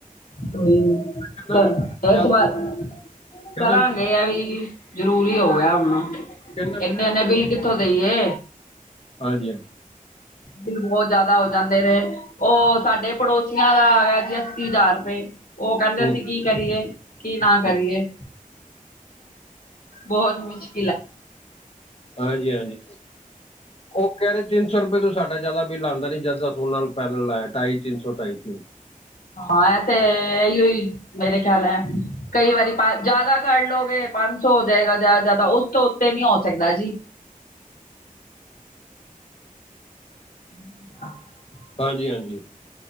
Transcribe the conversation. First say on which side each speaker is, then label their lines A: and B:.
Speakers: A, on the left; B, on the left.
A: ਕੋਈ ਨ
B: ਕਹਿੰਦਾ ਮੀਟਰ ਜ਼ਿਆਦਾ-
A: ਇਸ ਬਾਰ
B: ਕਹਿੰਦਾ
A: ਕਰਾਂਗੇ ਆ ਵੀ ਜ਼ਰੂਰੀ ਹੋ ਗਿਆ ਹੁਣ,
B: ਕਹਿੰਦਾ
A: ਇੰਨੇ-ਇੰਨੇ ਬਿੱਲ ਕਿੱਥੋਂ ਦੇਈਏ।
B: ਹਾਂਜੀ-ਹਾਂਜੀ।
A: ਬਿੱਲ ਬਹੁਤ ਜਿਆਦਾ ਹੋ ਜਾਂਦੇ ਨੇ ਉਹ ਸਾਡੇ ਪੜੋਸੀਆਂ ਦਾ ਆਇਆ। ਅੱਸੀ ਹਜ਼ਾਰ ਰੁਪਏ, ਉਹ ਕਹਿੰਦੇ
B: ਹੂੰ
A: ਅਸੀਂ ਕੀ ਕਰੀਏ ਕੀ ਨਾ ਕਰੀਏ,
B: ਹੂੰ,
A: ਬਹੁਤ ਮੁਸ਼ਕਲ
B: ਹਾਂਜੀ-ਹਾਂਜੀ। ਉਹ ਕਹਿ ਰਹੇ ਤਿੰਨ ਸੌ ਰੁਪਏ ਤੋਂ ਸਾਡਾ ਜ਼ਿਆਦਾ ਬਿੱਲ ਆਉਂਦਾ ਨਹੀਂ, ਜਦੋਂ ਦਾ ਸੋਲਰ ਪੈਨਲ ਲਾਇਆ ਢਾਈ ਤਿੰਨ ਸੌ, ‌ਢਾਈ ਤਿੰਨ ਸੌ
A: ਹਾਂ ਐ ਤੇੇ ਐਹੀ ਈ, ਮੇਰੇ ਖਿਆਲ ਐ। ਕਈ ਵਾਰੀ ਪਾ ਜੈਦਾ ਕਰ ਲੋਗੇ, ਪੰਜ ਸੋ ਹੋ ਜਾਏਗਾ ਜੈਦਾ, ਜੈਦਾ ਓਸ ਤੋ ਉੱਤੇ ਨੀ ਹੋ ਸਕਦਾ ਜੀ। <unintelligible>
B: ਹਾਂਜੀ, ਹਾਂਜੀ